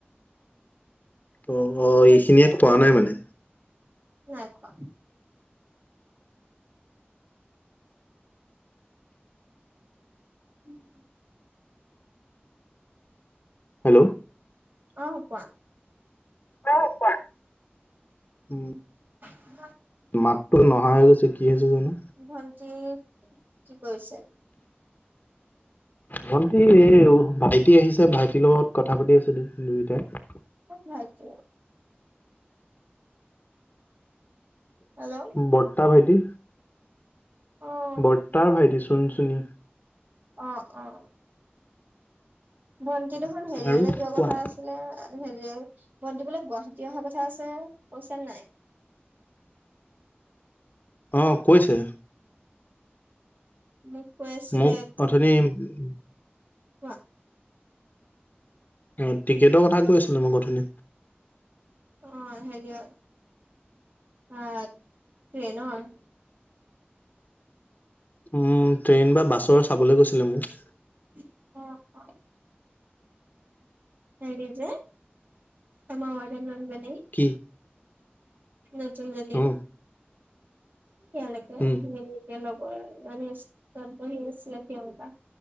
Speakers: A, on the left; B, on the right.
A: অ' অ'
B: <unintelligible>
A: এইখিনিয়ে খোৱা নাই মানে।
B: নাই খোৱা। <unintelligible>
A: হেল্ল'।
B: অ', কোৱা।
A: অ', কোৱা, উম,
B: <unintelligible>
A: মাতটো নহা হৈ গৈছে কি হৈছে জানো।
B: ভণ্টি, কি কৰিছা?
A: ভণ্টি এই ভাইটি আহিছে ভাইটিৰ লগত কথা পাতি আছো দু-দুয়োটাই।
B: <unintelligible> হেল্ল'
A: বৰতা ভাইটি।
B: অ'
A: বৰতা ভাইটি সোণ সুনি।
B: অ' অ'। ভণ্টি দুখন হেৰীয়ালে
A: আৰু
B: যোৱা
A: কোৱা?
B: কথা আছিলে, হেৰিয়াৰ। <unintelligible> গুৱাহাটী অহা কথা আছে কৈছে নে নাই?
A: অ' কৈছে।
B: মোক কৈ আছিলে
A: মোক <unintelligible>
B: কোৱা
A: উম, টিকেটৰ কথা কৈ আছিলো মই গধূলি।
B: অহ হেৰিয়ত অহ ট্ৰেইনৰ
A: উম, ট্ৰেইন বা বাছৰ চাবলৈ কৈছিলে মোক।
B: <unintelligible> হেৰি যে আমাৰ <unintelligible>
A: কি?
B: নতুন জনী
A: অ
B: এয়ালৈকে
A: উম
B: আহিলে সি। একে লগৰজনী আছিল বহি আছিলে তেওঁৰ পৰা।